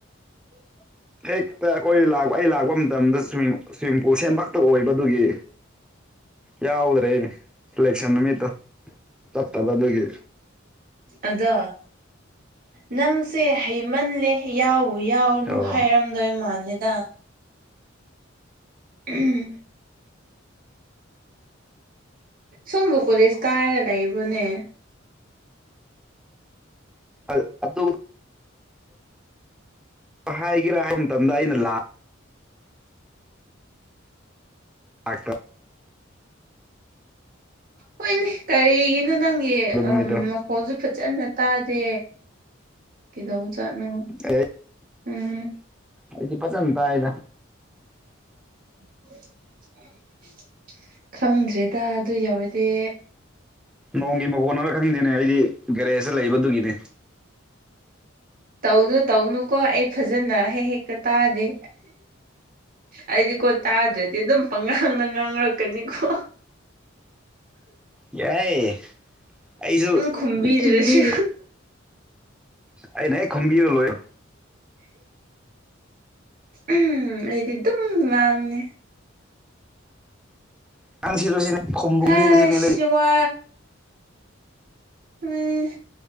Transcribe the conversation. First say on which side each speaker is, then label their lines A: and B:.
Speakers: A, on the right; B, in the centre.
A: <inaudible>
B: ꯍꯦꯛꯇ ꯑꯩꯈꯣꯏ ꯂꯥꯛ ꯑꯩ ꯂꯥꯛꯄ ꯃꯇꯝꯗ ꯁ꯭ꯋꯤꯝ ꯁ꯭ꯋꯤꯝꯄꯨꯜ ꯁꯦꯝꯕ ꯈꯛꯇ ꯑꯣꯏꯕ ꯗꯨꯒꯤ
A: <inaudible>
B: ꯌꯥꯎꯗ꯭ꯔꯦꯅꯦ ꯢꯂꯦꯛꯁꯟ ꯅꯨꯃꯤꯠꯇꯣ ꯆꯠꯇꯕ ꯑꯗꯨꯒꯤ
A: ꯑꯗꯣ ꯅꯪꯁꯦ ꯍꯩꯃꯜꯂꯦ ꯌꯥꯎꯕꯨ ꯌꯥꯎꯅꯨ
B: ꯑꯣ
A: ꯍꯥꯏꯔꯝꯗꯣꯏ ꯃꯥꯥꯟꯂꯦꯗ ꯎꯝ ꯁꯨꯝꯕꯨ ꯀꯣꯂꯦꯖ ꯀꯥꯔꯒ ꯂꯩꯕ꯭ꯔꯣꯅꯦ
B: ꯑꯥ ꯑꯇꯨꯝ ꯍꯥꯏꯒꯦꯔꯥ ꯍꯥꯏꯕ ꯃꯇꯝꯗ ꯑꯩꯅ ꯂꯥꯛ <unintelligible>
A: ꯍꯣꯏꯅꯦ ꯀꯔꯤꯒꯤꯅꯣ ꯅꯪꯒꯤ
B: ꯑꯗꯨ ꯅꯨꯃꯤꯠꯇꯣ
A: ꯑꯝ ꯃꯈꯣꯟꯁꯨ ꯐꯖꯟꯅ ꯇꯥꯗꯦ ꯀ‌ꯦꯗꯧꯕ ꯖꯥꯠ ꯅ‌ꯣ
B: ꯑꯦ
A: ꯎꯝ
B: ꯑꯩꯗꯤ ꯐꯖꯟ ꯇꯥꯏꯗ
A: <inaudible> ꯈꯪꯗ꯭ꯔꯦꯗ ꯑꯗꯨ ꯌꯧꯔꯗꯤ
B: ꯅꯣꯡꯒꯤ ꯃꯈꯣꯟꯅꯔ ꯈꯪꯗꯦꯅꯦ ꯑꯩꯗꯤ ꯒꯦꯔꯦꯖꯇ ꯂꯩꯕ ꯑꯗꯨꯒꯤꯅꯦ
A: ꯇꯧꯅꯨ ꯇꯧꯅꯨꯀꯣ ꯑꯩ ꯐꯖꯅ ꯍꯦꯛ ꯍꯦꯛꯀ ꯇꯥꯗꯦ ꯑꯩꯗꯤ ꯀꯣ ꯇꯗ꯭ꯔꯗꯤ ꯑꯗꯨꯝ ꯄꯉꯥꯡꯗ ꯉꯥꯡꯔꯛ ꯀꯅꯤꯀꯣ
B: ꯌꯥꯏ ꯑꯩꯖꯨ
A: ꯈꯨꯝꯕꯤꯗ꯭ꯔꯁꯨ
B: <unintelligible> ꯑꯩꯅꯦ ꯍ‌ꯦꯛ ꯈꯨꯝꯕꯤꯔ ꯂꯣꯏ
A: ꯎꯝ ꯑꯩꯗꯤ ꯗꯨꯝ ꯉꯥꯡꯅꯤ
B: ꯉꯥꯡꯁꯤꯂꯨ ꯁꯤꯅꯦ ꯈꯣꯝꯕꯣꯝꯕꯤꯒꯤꯖꯤꯅ‌ꯦ
A: ꯍꯁ
B: ꯂꯩ
A: ꯋꯥ ꯎꯝ